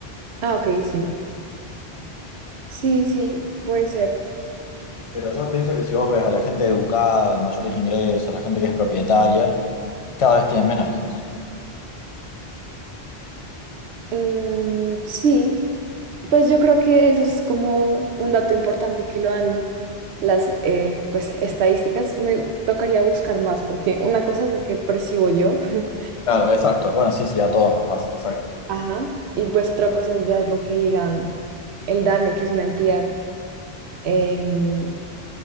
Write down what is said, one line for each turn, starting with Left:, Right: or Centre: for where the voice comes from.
Right: Ah, ok, sí. Sí, sí, puede ser.
Left: Pero yo pienso que si vos ves a la gente educada, de mayores ingresos, la gente que es propietaria, cada vez tienen menos hijos.
Right: Mm, sí, pues yo creo que eso es como un dato importante que lo dan las eh, pues, estadísticas. Me tocaría buscar más porque una cosa es lo que percibo yo, <laughs>
Left: Claro, exacto. Bueno, sí, sí, a todos nos pasa, exacto.
Right: ajá, y pues otra cosa ya es lo que digan el DANE, que es una entidad em,